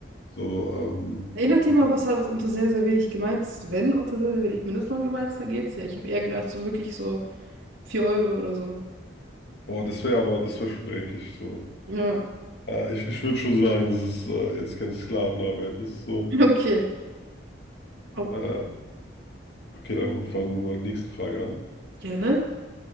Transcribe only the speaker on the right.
Erinnert ihr
mal, was da unter sehr, sehr wenig gemeint ist? Wenn unter sehr, sehr wenig Mindestlohn gemeint ist, dann geht's ja. Ich habe eher gedacht, so wirklich so vier Euro oder so.
Ja,
<laughs> okay. Oh,
gerne.